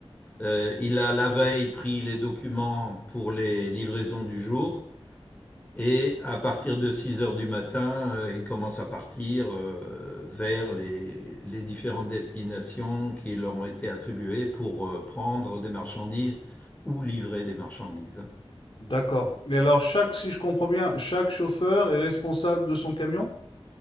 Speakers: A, on the left (about 15°); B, on the left (about 55°).
A: Euh, il a la veille pris les documents pour les livraisons du jour et à partir de 6 heures du matin, euh, il commence à partir euh, vers les, les différentes destinations qui leur ont été attribuées pour euh, prendre des marchandises ou livrer des marchandises.
B: D'accord. Et alors, chaque, si je comprends bien, chaque chauffeur est responsable de son camion?